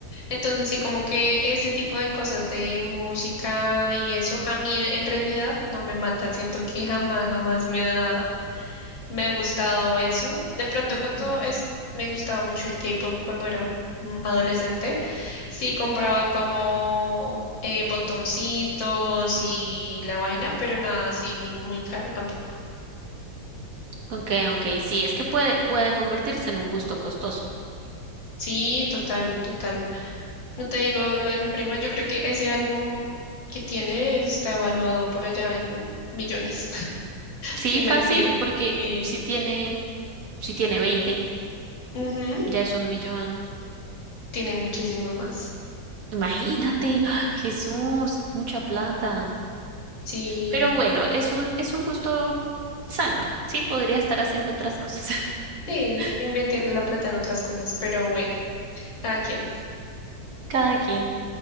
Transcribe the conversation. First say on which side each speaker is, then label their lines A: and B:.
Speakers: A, on the left; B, on the right.
A: Entonces, sí, como que ese tipo de cosas de música y eso, a mí en realidad no me mata. Siento que jamás, jamás me ha Me ha gustado eso. De pronto,
B: Ujú.
A: cuando es, me gustaba mucho el K-pop cuando era mm, adolescente, sí compraba como eh, botoncitos y la vaina, pero nada así muy, muy caro tampoco.
B: Ok, ok, sí, es que puede, puede convertirse en un gusto costoso.
A: Sí, total, total. No te digo lo de mi prima, yo creo que ese álbum que tiene está evaluado por allá en millones, <laughs>
B: Sí,
A: sin
B: fácil,
A: mentir.
B: porque
A: Sí.
B: si tiene, si tiene veinte,
A: Ujú,
B: ya es un millón.
A: Tiene muchísimos más.
B: Imagínate, ¡ay, Jesús, mucha plata.
A: Sí,
B: Pero bueno, es un, es un gusto sano, ¿sí? Podría estar haciendo otras cosas.
A: sí,
B: <laughs>
A: es invirtiendo la plata en otras cosas, pero bueno. Cada quien.
B: Cada quien.